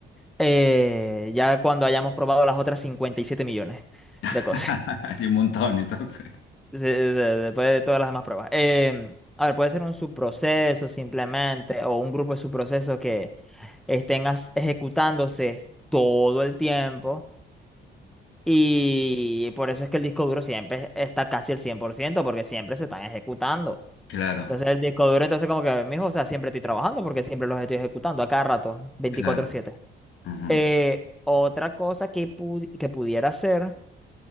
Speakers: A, in the centre; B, on the left.
A: Eh, ya cuando hayamos probado las otras 57 millones
B: <laughs>
A: de cosas,
B: Hay un montón, entonces.
A: <laughs> de- de- de- después de todas las demás pruebas. Em, a ver, puede ser un subproceso simplemente, o un grupo de subprocesos que estén as- ejecutándose todo el tiempo Y por eso es que el disco duro siempre está casi el 100% porque siempre se están ejecutando.
B: Claro,
A: Entonces el disco duro, entonces como que, mijo, o sea, siempre estoy trabajando porque siempre los estoy ejecutando a cada rato, veinticuatro
B: claro.
A: siete
B: ujú.
A: Eh, otra cosa que, pu- que pudiera ser